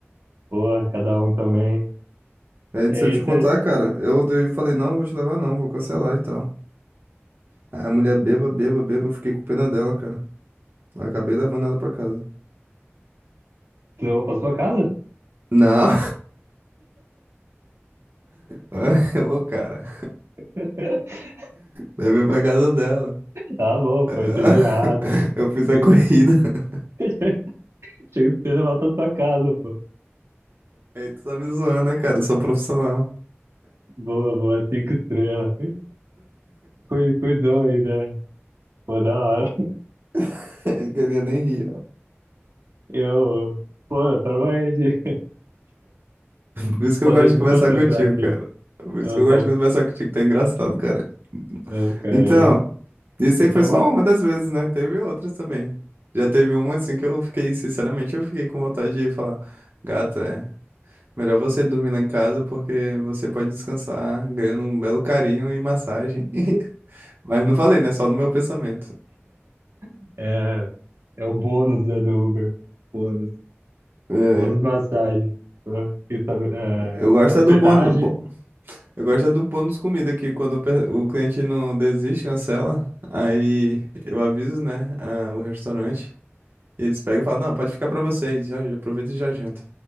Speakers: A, on the right (about 75°); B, on the right (about 55°).
A: porra, cada um também.
B: Aí
A: E aí
B: se eu te
A: você
B: contar, cara, eu, eu falei, não, vou te levar não, vou cancelar e tal. Aí A mulher beba, beba, beba, eu fiquei com pena dela, cara. Eu acabei levando ela pra casa.
A: levou pra sua casa?
B: Não, <laughs> ô cara,
A: <laughs>
B: levei pra casa dela.
A: Tá bom,
B: <laughs>
A: foi entediado.
B: Eu fiz a
A: Tinha
B: corrida.
A: que ser
B: <laughs>
A: <laughs> tinha que ser levar pra sua casa, pô.
B: Aí tu tá me zoando, né, cara? Eu sou profissional.
A: Boa, boa, cinco estrelas. Cui- Cuidou aí, né? Pô, da hora.
B: <laughs> Eu queria nem rir. ó.
A: Eu, pô, eu trabalhei de. <laughs>
B: Por isso que
A: Pô,
B: eu gosto
A: deixa
B: de conversar
A: eu me concentrar
B: contigo,
A: aqui.
B: cara. Por isso
A: Eu,
B: que eu gosto
A: tá...
B: de conversar contigo, tá engraçado, cara.
A: eu, caramba.
B: Então, isso
A: Eu
B: aí foi
A: trabalho.
B: só uma das vezes, né? Teve outras também. Já teve uma assim que eu fiquei, sinceramente, eu fiquei com vontade de falar, gata, é melhor você dormir lá em casa porque você pode descansar ganhando um belo carinho e massagem. <laughs> Mas não falei, né? Só no meu pensamento.
A: <laughs> É o bônus né, do Uber. Bônus.
B: É,
A: Bônus massagem. Pô, isso É,
B: eu
A: é,
B: gosto
A: hospedagem.
B: é do bônus, bo- eu gosto é do bônus comida que quando o pe- o cliente não desiste, cancela, aí eu aviso, né, a- o restaurante e eles pegam e falam, não, pode ficar pra vocês, já, já aproveita e já janta.